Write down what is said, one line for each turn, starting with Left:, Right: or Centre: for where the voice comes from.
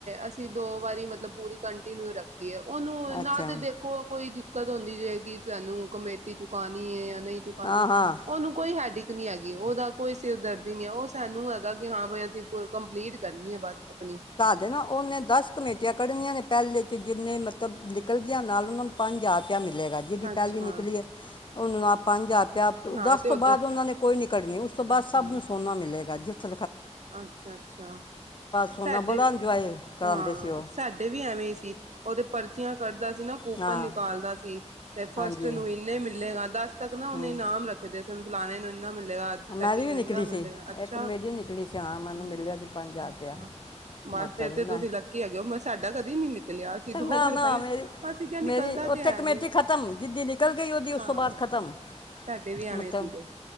Right: ਅਸੀਂ ਦੋ ਵਾਰੀ, ਮਤਲਬ ਪੂਰੀ ਕੰਟੀਨਿਊ ਰੱਖੀ। ਉਹਨੂੰ,
Left: ਅੱਛਾ
Right: ਨਾ ਤੇ ਦੇਖੋ ਕੋਈ ਦਿੱਕਤ ਹੁੰਦੀ ਜਾਏਗੀ। ਸਾਨੂੰ ਕਮੇਟੀ ਚੁਕਾਉਣੀ ਹੈ ਜਾਂ ਨਹੀਂ ਪਾਉਣੀ
Left: ਹਾਂ ਹਾਂ
Right: ਉਹਨੂੰ ਕੋਈ ਹੀਡੈਕ ਨਹੀਂ ਹੈਗੀ। ਉਹਦਾ ਕੋਈ ਸਿਰ ਦਰਦੀ ਹੀ ਨਹੀਂ ਹੈ। ਉਹ ਸਾਨੂੰ ਹੈਗਾ ਕਿ ਹਾਂ ਬਈ ਅਸੀਂ ਕੰਪਲੀਟ ਕਰਨੀ ਆ ਬੱਸ ਆਪਣੀ
Left: ਦੇ ਨਾ, ਉਹਨੇ ਦਸ ਕਮੇਟੀਆਂ ਕੱਢਣੀਆਂ ਨੇ ਪਹਿਲੇ 'ਚ ਜਿੰਨੇ ਮਤਲਬ, ਨਿਕਲਦੀਆਂ ਨਾਲ ਉਹਨਾਂ ਨੂੰ ਪੰਜ ਹਜ਼ਾਰ ਮਿਲੇਗਾ। ਜਿਹਦੀ
Right: ਅੱਛਾ
Left: ਪਹਿਲੀ ਨਿਕਲੀਏ ਹੈ, ਉਨ੍ਹ ਨੂੰ ਪੰਜ
Right: ਹਾਂ
Left: ਦਸ
Right: ਤੇ
Left: ਤੋਂ
Right: ਉੱਧਰ
Left: ਬਾਅਦ ਉਹਨਾਂ ਨੇ ਕੋਈ ਨੀ ਕੱਢਣੀ। ਉਸ ਤੋਂ
Right: ਅੱਛਾ
Left: ਬਾਅਦ ਸਭ ਨੂੰ ਸੋਨਾ ਮਿਲੇਗਾ। ਜਿੱਥ
Right: ਅੱਛਾ! ਅੱਛਾ!
Left: ਸੋਨਾ
Right: ਸਾਡੇ,
Left: ਬੜਾ ਇੰਜੋਏ ਕਰਾਉਂਦੇ
Right: ਹਾਂ
Left: ਸੀ ਉਹ
Right: ਸਾਡੇ ਵੀ ਐਵੇਂ ਸੀ। ਓਹ ਤੇ ਪਰਚੀਆਂ ਕੱਢਦਾ ਸੀ। ਨਾ ਕੂਪਨ
Left: ਹਾਂ
Right: ਨਿਕਾਲਦਾ ਸੀ। ਤੇ
Left: ਹਾਂਜੀ
Right: ਫਸਟ ਨੂੰ ਇੰਨੇ ਮਿਲੇਗਾ। ਦਸ ਤੱਕ ਨਾ ਉਹਨੇ
Left: ਹੂੰ
Right: ਇਨਾਮ ਰੱਖੇ ਦੇ ਸਨ। ਫਲਾਣੇ ਨੂੰ ਇ ਮਿਲੇਗਾ। ਸੈਕਿੰਡ
Left: ਮੇਰੀ ਵੀ
Right: ਨੂੰ
Left: ਨਿਕਲੀ
Right: ਇੰਨਾ
Left: ਸੀ
Right: ਮਿਲੇਗਾ। ਅੱਛਾ!
Left: ਇੱਕ ਮੇਰੀ ਨਿਕਲੀ ਸੀ ਹਾਂ ਮੈਨੂੰ
Right: ਹਮ।
Left: ਮਿਲਿਆ ਸੀ
Right: ਅੱਛ।
Left: ਰੁਪਇਆ
Right: ਮਸ-
Left: ਮਤਲਬ
Right: ਤੇ ਤੁਸੀਂ
Left: ਮੈਂ
Right: ਲੱਕੀ ਆਗੇ ਹੋ। ਮੈਂ ਸਾਡਾ ਕਦੇ ਨੀ ਨਿਕਲਿਆ। ਅਸੀਂ ਦੋ
Left: ਨਾ
Right: ਵਾਰੀ
Left: ਨਾ
Right: ਪਾਈ।
Left: ਮੇਰੀ
Right: ਅਸੀਂ ਕਿਹਾ! ਨਿਕਲਦਾ
Left: ਮੇਰੀ
Right: ਤੇ
Left: ਉੱਥੇ
Right: ਹੈਆ
Left: ਕਮੇਟੀ
Right: ਨੀ।
Left: ਖਤਮ ਜਿੱਦੀ ਨਿਕਲ ਗਈ ਉਹਦੀ ਉਸ
Right: ਹਾਂ!
Left: ਤੋਂ ਬਾਅਦ ਖਤਮ
Right: ! ਸਾਡੇ ਵੀ ਆਵੇਂ
Left: ਮਤਲਬ
Right: ਸੀਗੇ।